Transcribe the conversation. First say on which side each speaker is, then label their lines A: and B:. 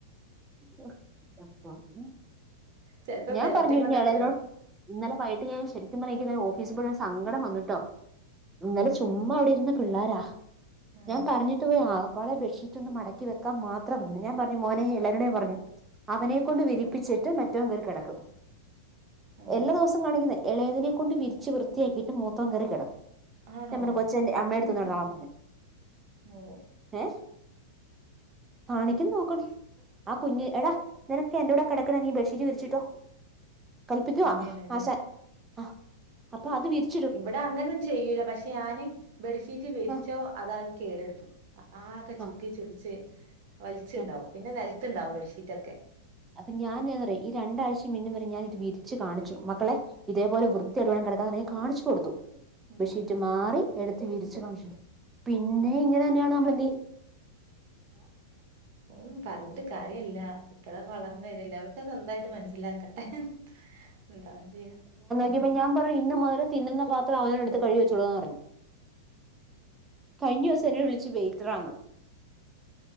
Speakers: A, on the right; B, on the right.
A: <unintelligible>
B: ചെലപ്പോ
A: ഞാൻ
B: ബെൽറ്റും
A: പറഞ്ഞു
B: കൊണ്ടൊക്കെ
A: ഇനി ഇളയതിതിനോട് ഇന്നലെ വൈകിട്ട് ഞാൻ ശരിക്കും സത്യ പറ എനിക്ക് ഇന്നലെ ഓഫീസിൽ പോയിട്ട് സങ്കടം വന്നിട്ടോ ഇന്നലെ
B: ഉം
A: ചുമ്മാ അവിടെ ഇരുന്ന പിള്ളാരാ
B: ഉം
A: ഞാൻ പറഞ്ഞിട്ട് പോയാ ആകപ്പാടെ ബെഡ്ഷീറ്റ് റ്റൊന്നു മടക്കി വെക്കാ മാത്രമന്ന് ഞാൻ പറഞ്ഞു മോനെ എളയവനേട് ഞാൻ പറഞ്ഞു അവനെക്കെണ്ട് വിരിപ്പിച്ചിട്ട് മറ്റവൻ കേറി കിടക്കും
B: ഓ
A: എല്ലാ ദിവസവും കാണിക്കുന്നയാ ഇളയതിനെ കൊണ്ട് വിരിച്ച് വൃത്തിയാക്കിയിട്ട് മൂത്തവൻ കേറി കിടക്കും
B: ആണോ
A: ഞാൻ പറഞ്ഞു കൊച്ച് അമ്മയുടെ
B: ഉം
A: അടുത്ത് വന്ന് കിടന്നോളാൻ
B: ഉം.
A: പറഞ്ഞു
B: ഓ
A: ഏഹ് കാണിക്കുന്ന നോക്കണം ആ കുഞ്ഞ് എടാ നിനക്കെ എന്റെറ കൂടെ കിടക്കണ നീ ബെഡ്ഷീറ്റ് വിരിച്ചിട്ട് ട്ടോ കൽപ്പിക്കുവാ
B: അങ്ങനെയാണല്ലേ
A: ആശാൻ ആ അപ്പൊ അത് വിരി
B: ഇവടെ അങ്ങനെന്നും ചെയ്യൂല പക്ഷെ ഞാന് ബെഡ്ഷീറ്റ് വിര്ച്ചോ
A: ആ
B: അത് അവൻ കേടെട്ത്തും ആകെ
A: ആ
B: ചുക്കി ചുൾച്ച് വൽച്ച്ണ്ടാവും
A: ആ
B: പിന്നെ നെൽത്ത്ണ്ടാവും ബെഡ്ഷീറ്റൊക്കെ
A: അപ്പൊ ഞാൻ എന്താ പറയാ ഈ രണ്ടാഴ്ചയും മിന്നും വരെ ഞാൻ ഇത് വിരിച്ച് കാണിച്ചു മക്കളെ ഇതേപോലെ വൃത്തിയായിട്ട്
B: ഉം
A: വേണം കെടക്കാൻ എന്ന് പറഞ്ഞു ഞാൻ കാണിച്ചു കൊടുത്തു
B: ഉം
A: ബെഡ് ഷീറ്റും മാറി എടുത്ത് വിരിച്ച് കാണിച്ചു പിന്നേം ഇങ്ങനെ തന്നെയാണ് നമ്മള് എന്ത് ചെയ്യും
B: ഉം പറഞ്ഞിട്ട് കാര്യല്ല കുട്ടികളൊക്കെ വളർന്നു വരല്ലേ അതൊക്കെ സ്വന്തായിട്ട് മനസ്സിലാക്കട്ടെ എന്താ ചെയ്യാ
A: ഇനി ഇപ്പ ഞാൻ പറയും ഇന്ന് മുതൽ തിന്നുന്ന പത്രം അവനവൻ എടുത്ത് കഴികിവച്ചുളു പറഞ്ഞു കഴിഞ്ഞ ദിവസം എന്നെ വിളിച്ച് വെയിറ്ററാന്ന്